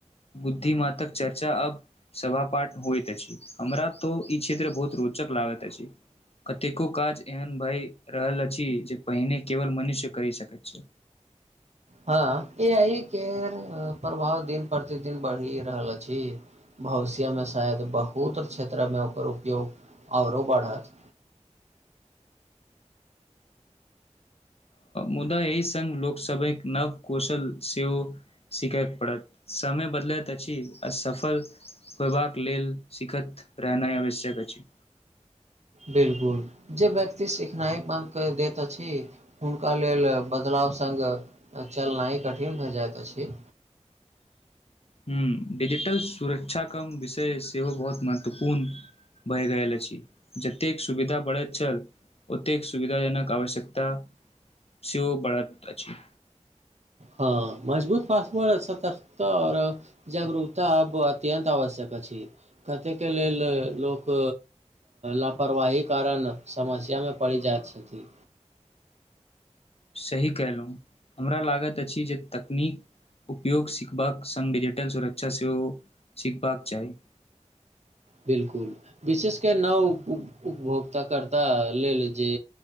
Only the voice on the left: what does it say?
बुद्धिमातक चर्चा अब सभापाठ होइत अछि। हमरा तो ई क्षेत्र बहुत रोचक लागैत अछि। कतेको काज एहन भए रहल अछि जे पहिने केवल मनुष्य करि सकैत छै।
मुदा एहि सङ्ग लोकसभक नव कौशल सेहो सिखयके पड़त समय बदलैत अछि। आ सफल होयबाक लेल सिखैत रहनाइ आवश्यक अछि।
ह डिजिटल सुरक्षा कम विषय सेहो बहुत महत्वपूर्ण भए गेल अछि। जतेक सुविधा बढ़ैत छल ओतेक सुविधाजनक आवश्यकता, सेओ बढ़त अछि
सही कयलहुँ हमरा लागैत अछि जे तकनीक उपयोग सिखबाक सङ्ग डिजिटल सुरक्षा सेहो सिखबाक चाही